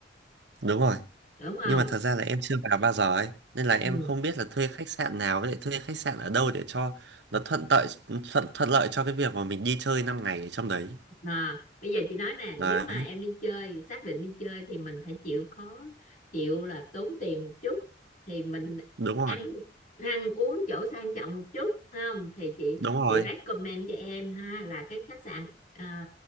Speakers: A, on the right; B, on the left.
A: đúng rồi
B: đúng không
A: nhưng mà thật ra là em chưa vào bao giờ ấy nên là em
B: ừ
A: không biết là thuê khách sạn nào với lại thuê khách sạn ở đâu để cho nó thuận lợi thuận thuận lợi cho cái việc mà mình đi chơi năm ngày ở trong đấy
B: À, bây giờ chị nói nè
A: đấy
B: nếu mà em đi chơi xác định đi chơi thì mình phải chịu khó chịu là tốn tiền một chút thì mình
A: đúng rồi
B: ăn ăn uống chỗ sang trọng một chút không thì chị
A: đúng rồi
B: chị recommend cho em ha là cái khách sạn à,